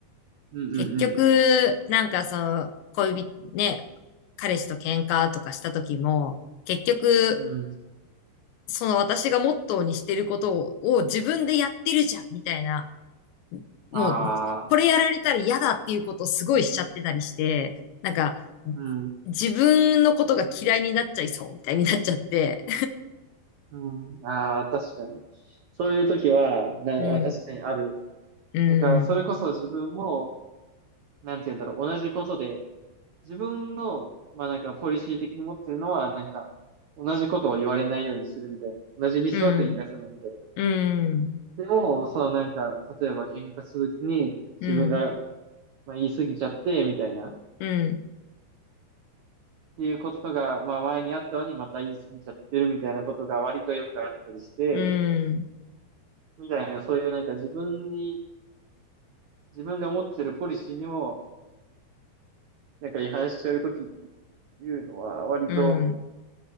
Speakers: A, on the right; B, on the left.
A: うん、
B: 結局、
A: うん、
B: なんかその、恋人、ね、彼氏と喧嘩とかした時も、結局、
A: うん。うん。
B: その私がモットーにしてることを、を自分でやってるじゃん、みたいな、もう、
A: ああ、
B: これやられたら嫌だっていうことをすごいしちゃってたりして、なんか、
A: うん、
B: 自分のことが嫌いになっちゃいそう、みたいになっちゃって。
A: うん。ああ、確かに。そういう時は、な、
B: うん、
A: 確かにある。
B: うん、
A: なんか、それこそ自分も、なんて言うんだろう、同じことで、自分の、まあなんか、ポリシー的に持ってるのは、なんか、同じことを言われないようにするみたいな。同じミスは繰り返さないみたいな。
B: うん、うん、
A: でも、そのなんか、例えば喧嘩するときに、自分が、
B: うん、
A: まあ言い過ぎちゃって、みたいな。
B: うん、
A: っていうことが、まあ前にあったのにまた言い過ぎちゃってるみたいなことが割とよくあったりして、
B: うん、
A: みたいなそういうなんか自分に、自分が持ってるポリシーにもなんか違反しちゃうときっていうのは割と
B: うん。